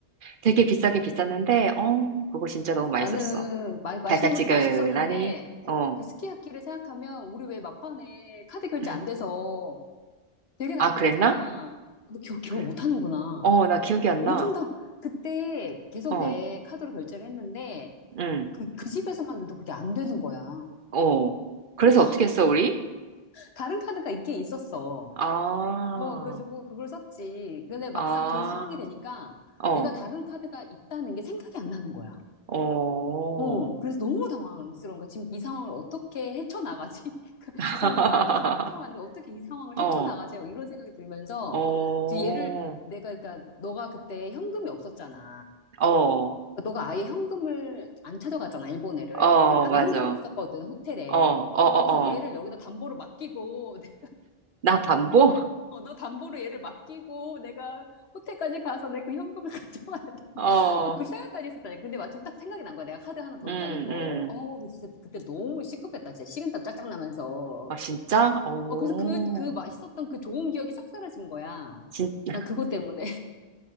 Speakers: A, on the right (about 60°); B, on the left (about 80°).
A: 되게 비싸게 비쌌는데 어 그거 진짜 너무 맛있었어.
B: 나는 마, 맛있는
A: 달짝지근하니
B: 것도 맛있었는데
A: 어
B: 그 스키야키를 생각하면 우리 왜 막판에 카드 결제
A: 응.
B: 안 돼서 되게 당황했잖아.
A: 아 그랬나?
B: 너 기억, 기억
A: 그래.
B: 못 하는구나.
A: 어 나 기억이 안
B: 엄청
A: 나.
B: 당, 그때 계속
A: 어
B: 내 카드로 결제를 했는데
A: 응.
B: 그, 그 집에서만 유독 그게 안 되는 거야.
A: 어 그래서
B: <laughs>
A: 어떻게 했어 우리?
B: 다른 카드가 있긴 있었어.
A: 아
B: 어, 그래가지고 그걸 썼지. 근데 막상
A: 아,
B: 그 상황이 되니까
A: 어,
B: 내가 다른 카드가 있다는 게 생각이 안 나는 거야.
A: 어.
B: 어, 그래서 너무 당황스러운 거야. 지금 이 상황을 어떻게 헤쳐나가지? <laughs> 그이
A: <laughs>
B: 사람들 말도 잘 안 통하는데 어떻게 이 상황을
A: 어,
B: 헤쳐나가지? 이런 생각이 들면서
A: 어,
B: 이제 얘를 내가 그러니까 너가 그때 현금이 없었잖아.
A: 어,
B: 너가 아예 현금을 안 찾아갔잖아, 일본 애를.
A: 어,
B: 근데 나는
A: 맞아.
B: 현금이
A: 어,
B: 있었거든, 호텔에.
A: 어, 어,
B: 그래서 얘를
A: 어.
B: 여기다 담보로 맡기고, <laughs>
A: 나 반보? <laughs>
B: 어, 너 담보로 얘를 맡기고, 내가 호텔까지 가서 내 그 현금을 <laughs> 가져왔
A: 어,
B: 막 그 생각까지 했었다니까. 근데 마침 딱 생각이 난 거야. 내가 카드 하나 더
A: 음,
B: 있다는 거.
A: 음.
B: 어, 진짜 그때 너무 시급했다. 진짜 식은땀 짝짝 나면서.
A: 아, 진짜? 오,
B: 어, 그래서 그, 그 맛있었던 그 좋은 기억이 싹 사라진 거야.
A: 진, <laughs>
B: 난 그것 때문에.